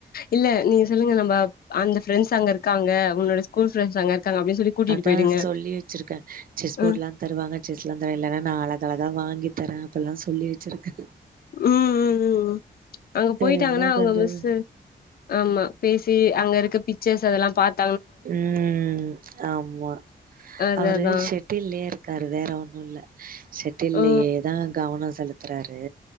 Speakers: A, on the left; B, on the right.
A: இல்ல நீங்க சொல்லுங்க நம்ம அந்த ப்ரெண்ட்ஸ் அங்க இருக்காங்க உன்னோட ஸ்கூல் ஃப்ரெண்ட்ஸ் அங்க இருக்காங்க அப்டின்னு சொல்லி கூட்டிட்டு
B: அதா
A: போயிடுங்க
B: சொல்லி வச்சிருக்கே செஸ் போடுலா
A: ம்
B: தருவாங்க செஸ்லா தர இல்லன்னா நா அழக அழகா வாங்கி தரே அப்புல்லா சொல்லி வச்சிருக்கே
A: ம் ம் ம் அங்க
B: வேற
A: போயிட்டாங்கன்னா
B: என்ன
A: அவுங்க
B: பண்றது?
A: மிஸ்ஸு ஆமா பேசி அங்க இருக்க பிக்சர்ஸ் அதெல்லா பாத்
B: ம் ம் ஆமா
A: அது
B: அவரு
A: அதா
B: செட்டில்லே இருக்காரு வேற ஒண்ணு இல்ல செட்டில்லேதா
A: ஓ
B: கவனோ செலுத் துறாரு